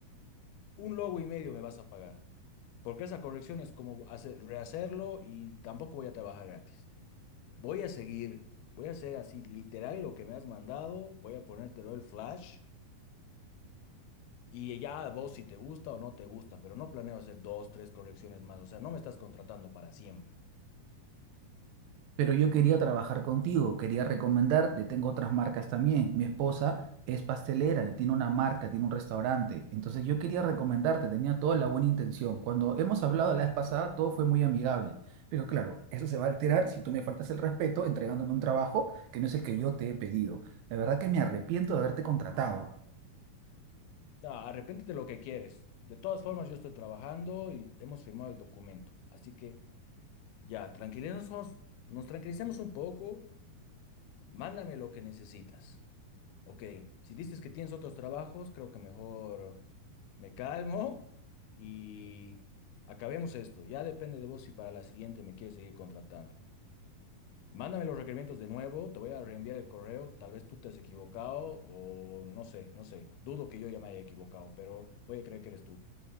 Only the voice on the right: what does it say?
Pero yo quería trabajar contigo, quería recomendarte, tengo otras marcas también. Mi esposa es pastelera y tiene una marca, tiene un restaurante. Entonces yo quería recomendarte, tenía toda la buena intención. Cuando hemos hablado la vez pasada, todo fue muy amigable. Pero claro, eso se va a alterar si tú me faltas el respeto entregándome un trabajo que no es el que yo te he pedido. La verdad que me arrepiento de haberte contratado.